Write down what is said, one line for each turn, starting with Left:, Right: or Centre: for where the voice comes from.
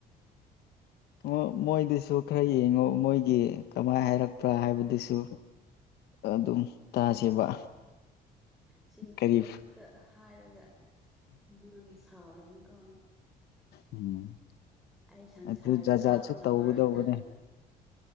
Left: ꯃꯣꯏ ꯃ‌ꯣꯏꯗꯨꯁꯨ ꯈꯔ ꯌꯦꯡꯉ‌ꯣ ꯃꯣꯏꯒꯤ ꯀꯃꯥꯏ ꯍꯥꯏꯔꯛꯄ꯭ꯔꯥ ꯍꯥꯏꯕꯗꯨꯁꯨ ꯑꯗꯨꯝ ꯇꯥꯁꯦꯕ
Centre: ꯆꯤꯟꯊꯤꯕ
Left: ꯀꯔꯤ
Centre: ꯈꯛꯇ ꯍꯥꯏꯔꯒ ꯃꯥꯅ ꯁꯥꯎꯔꯅꯤꯀꯣ
Left: ꯎꯝ
Centre: ꯑꯩ ꯁꯪꯁꯥꯔꯗ
Left: ꯑꯗꯨ ꯖꯥ
Centre: ꯀꯥꯕ
Left: ꯖꯥꯠꯁꯨ
Centre: ꯉꯝꯃꯔꯣꯏ
Left: ꯇꯧꯒꯗꯧꯕꯅꯦ
Centre: ꯅꯪꯅ